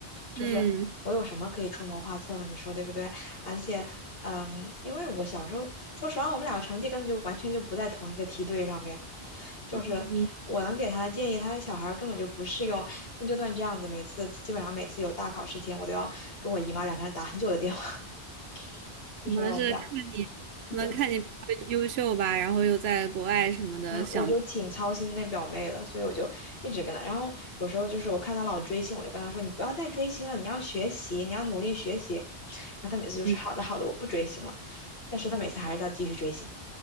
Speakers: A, on the left; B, on the right.
A: 就是我有什么可以出谋划策呢？
B: 嗯
A: 你说对不对？而且，嗯，因为我小时候，说实话，我们两个成绩根本就完全就不在同一个梯队上面。就是我能给她的建议，
B: 嗯，
A: 她的小孩儿根本就不适用。那就算这样子，每次基本上每次有大考试前，我都要跟我姨妈两个人打很久的电话，<laughs> 就是因为我们俩
B: 可能是看你，可能看你比较优秀吧，
A: 就挺，
B: 然后又在国外什么的，
A: 嗯，
B: 想，
A: 我就挺操心那表妹的，所以我就一直跟她。然后有时候就是我看她老追星，我就跟她说：“你不要再追星了，你要学习，你要努力学习。”然后她每次就是好的好的，
B: 嗯
A: 我不追星了。但是她每次还是要继续追星，